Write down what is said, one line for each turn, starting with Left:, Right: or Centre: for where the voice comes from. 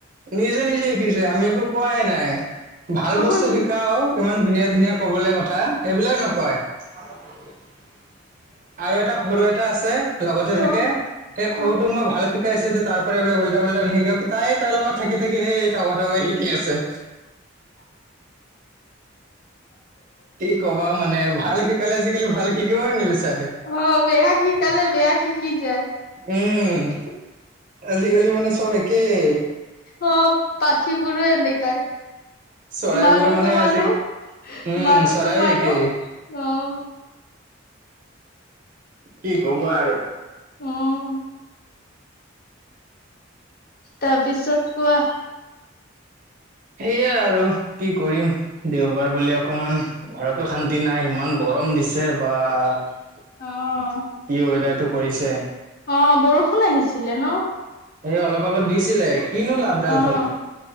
Right: নিজে নিজে শিকিছে আমি একো কোৱাই নাই। ভাল
Left: অ
Right: বস্তু শিকাওঁ ইমান ধুনীয়া ধুনীয়া কবলে কথা, সেইবিলাক নকয়। <unintelligible> আৰু এটা সৰু এটা আছে লগতে
Left: অ',
Right: থাকে, সেই
Left: অ',
Right: সৰুটোক মই ভাল- শিকাইছে টো তাৰ পৰা এইবিলাক উল্টা পোল্টা নিশিকাও তাই তাৰ লগত থাকি থাকি সেই টাৱা টাৱাই শিকি আছে। কি কবা মানে? ভাল শিকালে আজিকালি ভাল শিকিবই নিবিচাৰে।
Left: অঁ বেয়া শিকালে বেয়া শিকি যায়।
Right: উম' আজিকালি মানে চব একেই।
Left: অঁ পাখিবোৰো এনেকাই।
Right: চৰাইবোৰ
Left: মানোতো
Right: মানে
Left: মানো
Right: আজি উম
Left: মানুহতো
Right: চৰাইও
Left: মানো
Right: একেই
Left: অঁ।
Right: কি কবা আৰু?
Left: অঁ' তাৰপিছত, কোৱা?
Right: সেইয়া আৰু, কি কৰিম? দেওবাৰ বুলি অকমান- ঘৰতো শান্তি নাই ইমান গৰম দিছে বা। কি
Left: অ',
Right: ওৱেদাৰ টো কৰিছে।
Left: অঁ' বৰষুণ আহিছিলে ন?
Right: এই অলপ আগত দিছিলে, কিনো লাভ দাল
Left: অ',
Right: হ'ল?